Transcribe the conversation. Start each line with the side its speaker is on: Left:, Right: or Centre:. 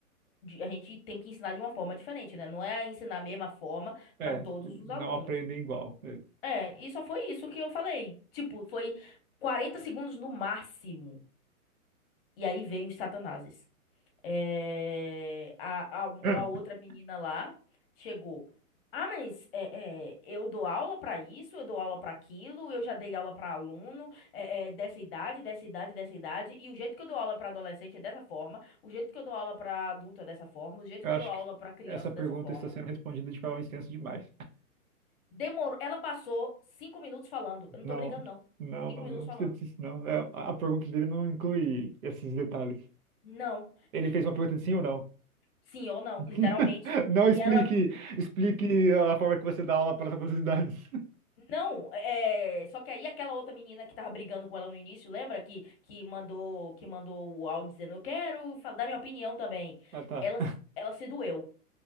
Left: de- a gente tem que ensinar de uma forma diferente, né? Não é ensinar a mesma forma
Right: É,
Left: para todos
Right: não
Left: os alunos.
Right: aprendem igual.
Left: É, e só foi isso que eu falei. Tipo, foi 40 segundos no máximo. E aí veio os satanases. É, a, a- uma
Right: <laughs>
Left: outra menina lá chegou. Ah, mas é, é, eu dou aula para isso, eu dou aula para aquilo, eu já dei aula para aluno é, é, dessa idade, dessa idade, dessa idade, e o jeito que eu dou aula para adolescente é dessa forma, o jeito que eu dou aula para adulto é dessa forma, o jeito
Right: Eu
Left: que eu
Right: acho
Left: dou aula
Right: que
Left: para criança
Right: essa pergunta
Left: é dessa forma.
Right: está sendo respondida de forma extensa demais.
Left: Demorou. Ela passou cinco minutos falando. Eu não
Right: Não,
Left: tô brincando, não.
Right: não,
Left: Cinco
Right: não,
Left: minutos
Right: não
Left: falando.
Right: precisa disso, não. É, a a pergunta dele não inclui esses detalhes.
Left: Não.
Right: Ele fez uma pergunta de sim ou não.
Left: Sim ou não,
Right: <laughs>
Left: literalmente.
Right: Não
Left: E
Right: explique,
Left: ela
Right: explique a forma que você dá aula para todas as idades. <laughs>
Left: Não, é... só que aí aquela outra menina que tava brigando com ela no início, lembra que, que mandou que mandou o áudio dizendo, eu quero fa- dar minha opinião também.
Right: Ah, tá.
Left: Ela, s- ela se doeu.